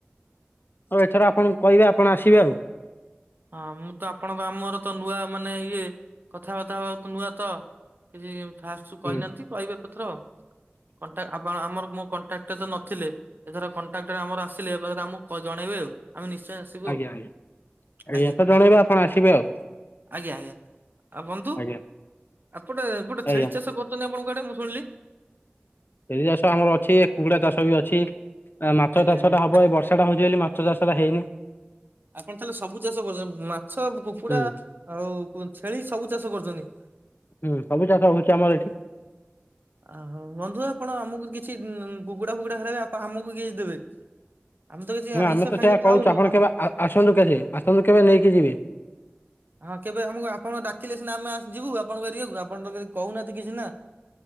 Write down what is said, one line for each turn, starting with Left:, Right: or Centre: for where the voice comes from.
Left: ଆଉ ଏଠର ଆପଣଙ୍କୁ କହିବେ ଆପଣ ଆସିବେ ଆଉ।
Right: ହଁ ମୁଁ ତ ଆପଣଙ୍କ ଆମର ତ ନୂଆ ମାନେ ଇଏ କଥାବାର୍ତ୍ତା ହବା ନୂଆ ତ। କିଛି ଫାଷ୍ଟ ରୁ କହିନାହାନ୍ତି
Left: ହୁଁ
Right: କହିବା ପଥର। କଣ୍ଟା ଆ ଆମରୋ ମୋ କଣ୍ଟାକ୍ଟ ତ ନଥିଲେ ଏଥର କଣ୍ଟାଟର ଆମର ଆସିଲେ ଆମକୁ ଜଣେଇବେ ଆଉ ଆମେ ନିଶ୍ଚୟେ ଆସିବୁ। ଆଉ
Left: ଆଜ୍ଞା ଆଜ୍ଞା ଆଜ୍ା
Right: ଆଜ୍ଞା।
Left: <unintelligible> ତ ଜଣେଇବା ଆପଣ ଆସିବେ ଆଉ।
Right: ଆଜ୍ଞା ଆଜ୍ଞା ଆଉ ବନ୍ଧୁ
Left: ଆଜ୍ଞା
Right: ଆଉପଟେ ପଟେ
Left: ଆଜ୍ଞା
Right: ଛେଳି ଚାଷ କରୁଛନ୍ତି ଆପଣ କୁଆଡେ ମୁଁ ଶୁଣିଲି।
Left: ଛେଳି ଚାଷ ଆମର ଅଛି, କୁକୁଡା ଚାଷ ବି ଅଛି, ମାଛ
Right: ଆଜ୍ଞା
Left: ଚାଷ
Right: ଆଜ୍ଞା।
Left: ଟା ହବ ଏ ବର୍ଷ ସେଟା ହଉଛି ବୋଲି ମାଛ ଚାଷା ଟା ହେଇନି।
Right: ଆପଣ ତାହେଲେ ସବୁ ଚାଷ କରୁଛନ୍ତି ମାଛ, କୁକୁଡା
Left: ହୁଁ
Right: ଆଉ ଛେଳି ସବୁ ଚାଷ କରୁଛନ୍ତି।
Left: ହୁଁ ସବୁ ଚାଷ ହଉଛି ଆମର ଏଠି।
Right: ଓହୋ ବନ୍ଧୁ ଆପଣ ଆମକୁ କିଛି କୁକୁଡା ଫୁକୁଡା ଖାଇବେ ଆପ ଆମକୁ କିଛି ଦେବେ। ଆମେ ତ କିଛି
Left: ନା
Right: ଆଇଁଷ
Left: ଆମେ ତ
Right: ଖାଇଁଷ
Left: ସେଇଆ କହୁଛୁ
Right: ଖାଉନୁ
Left: ଆପଣ
Right: ଆମ
Left: କେବେ ଆ ଆସନ୍ତୁ କେଜି ଆସନ୍ତୁ କେବେ ନେଇକି ଯିବେ।
Right: ହଁ କେବେ ଆମକୁ ଆପଣ ଡାକିଲେ ସିନା ଆମେ ଆ ଯିବୁ ଆପଣଙ୍କ ଏରିଆକୁ ଆପଣନତ କହୁନାହାନ୍ତି କିଛି ନା।